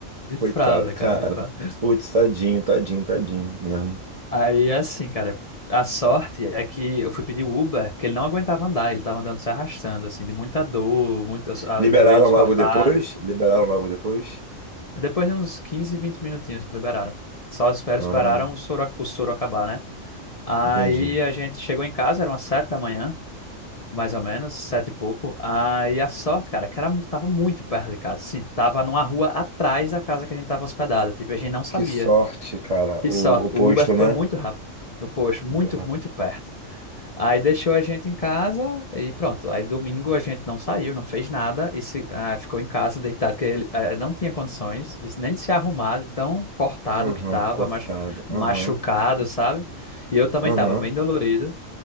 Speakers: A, on the left (about 40°); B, on the right (about 40°).
A: de
B: Coitado,
A: fralda,
B: cara.
A: cara, de fralda.
B: Putz, tadinho, tadinho, tadinho mesmo.
A: Aí, assim, cara, a sorte é que eu fui pedir o Uber, porque ele não aguentava andar, ele tava andando se arrastando, assim, de muita dor, muito, os, ah,
B: Liberaram
A: os joelhos
B: logo
A: cortados.
B: depois? Liberaram logo depois?
A: Depois de uns 15, 20 minutinhos, liberaram. Só espero,
B: Ah,
A: esperaram o soro, o soro acabar, né? Aí
B: entendi.
A: a gente chegou em casa, eram umas sete da manhã, mais ou menos, sete e pouco. Aí a sorte, cara, é que era, tava muito perto de casa, assim, tava numa rua atrás da casa que a gente tava hospedada, tipo, a gente não sabia.
B: Que sorte, cara.
A: Que
B: O,
A: sorte.
B: o posto,
A: O Uber
B: né?
A: foi muito rápido. Eu, poxa, muito,
B: Muito rápido.
A: muito perto. Aí deixou a gente em casa e pronto. Aí domingo a gente não saiu, não fez nada e se, ah, ficou em casa deitado, porque ele eh, não tinha condições de- nem de se arrumar, de tão cortado
B: Aham,
A: que estava,
B: cortado.
A: mas machucado,
B: Aham.
A: sabe? E eu também
B: Aham.
A: estava bem dolorido.